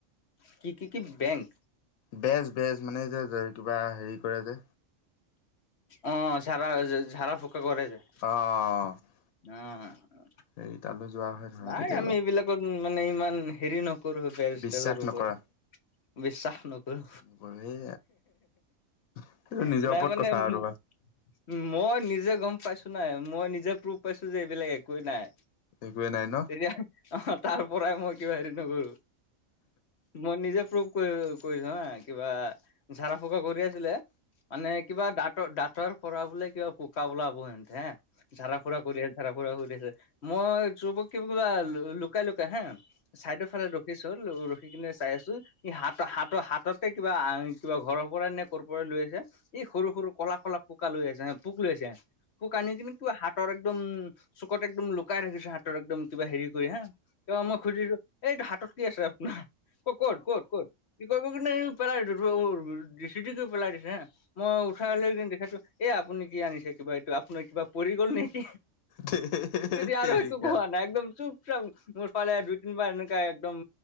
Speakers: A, on the left (about 55°); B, on the left (about 85°).
A: কি? কি? কি? বেংক?
B: বেজ। বেজ। মানে যে কিবা হেৰি কৰে যে।
A: অ' জাৰা -জাৰা -ফুকা কৰে যে।
B: অ, অ, অ,
A: উম,
B: সেই তালৈ যোৱা হয় ধৰা
A: নাই
B: কেতিয়াবা
A: আমি এইবিলাকত মানে ইমান হেৰি নকৰো বেজ
B: বিশ্বাস
A: তেজৰ ওপৰত।
B: নকৰা
A: বিশ্বাস নক নকৰো
B: সেই এইটো নিজৰ
A: <unintelligible> নাই
B: ওপৰত
A: মানে,
B: কথা
A: উম,
B: আৰু
A: উম, মই নিজে গম পাইছো নাই, মই নিজে প্ৰুভ পাইছো যে এইবিলাক একোৱেই নাই।
B: একোৱেই নাই ন।
A: তেতিয়া অ, তাৰ পৰাই মই কিবা হেৰি নকৰো, মই নিজে প্ৰুভ কৰিছ হা, কিবা ঝাৰা ফুকা কৰি আছিলে মানে কিবা দাঁত দাঁতৰ পৰা বোলে কিবা পোকা অলাব হে, ঝাৰা ফুৰা কৰি জাৰা ফুৰা কৰিছে মই ত কিবা লুকাই, লুকাই হা চাইডৰ ফালে পিছল হ'ল ৰখি কিনে চাই আছো, হাত, হাতৰ হাততে কিবা কিবা ঘৰৰ পৰা এ পৰা লৈ আছে এই সৰু সৰু ক'লা ক'লা পোকা লৈ আছে পোক লৈছে পোক আনি কিবা তোৰ হাত হাতৰ একদম চুকত একদম লুকাই ৰাখিছো, হাতৰ একদম কিবা হেৰি কৰি হা, কা, মই খুজিলো এইটো হাতত কি আছে আপোনাৰ, ক' ক'ত, ক'ত, ক'ত, কি কৰিব কিন্তু পেলাই দিছো চিতিকি পেলাই দিছে হা মই উঠাই লৈ কিন্তু দেখাইছো। এ, আপুনি কি আনিছে কিবা এইটো আপুনাৰ কিবা পৰি গ'ল নেকি।
B: ধেইট-তেৰিকা।
A: তেতিয়া আৰু একো কোৱা একদম চুপ-চাপ মোৰ ফালে দুই তিনিবাৰ এনেকে একদম